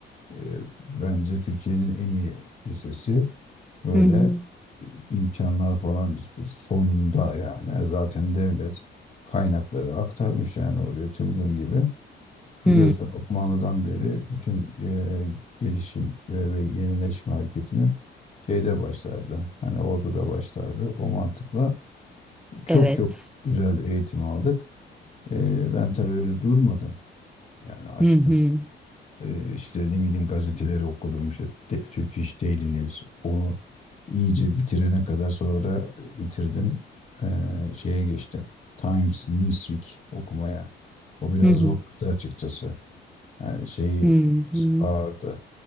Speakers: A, on the left; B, in the centre.
A: e, bence Türkiye'nin en iyi lisesi böyle
B: Hı hı.
A: imkanlar falan sonunda yani E, zaten devlet kaynakları aktarmış yani oraya çılgın gibi. Biliyorsun
B: Hı.
A: Osmanlı'dan beri bütün e, gelişim ve, ve yenileşme hareketinin şeyde başlardı. Hani orduda başlardı. O mantıkla çok
B: Evet.
A: çok güzel eğitim aldık. Ee, ben tabii öyle durmadım. Yani açtım
B: Hı hı.
A: ee, işte ne bileyim gazeteleri okudum. İşte de, Türk İş Daily News. Onu iyice bitirene kadar sonra bitirdim. Ee, şeye geçtim. Times Newsweek okumaya. O biraz
B: Hı hı.
A: zorladı açıkçası. Yani şeyi
B: Hı
A: biraz
B: hı.
A: ağırdı.